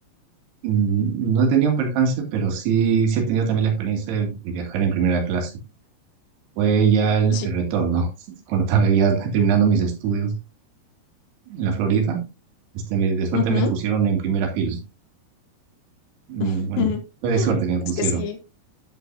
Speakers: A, on the right; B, on the left.
A: Mm, No he tenido un percance, pero sí, sí he tenido también la experiencia de de viajar en primera clase. Fue ya el,
B: Sí,
A: el retorno, <laughs> cuando estaba ya terminando mis estudios en la Florida, este, me- de suerte
B: ujú,
A: me pusieron en primera fila. Mm,
B: <laughs>
A: Bueno,
B: ujú.
A: fue de suerte que me pusieron.
B: Es que sí,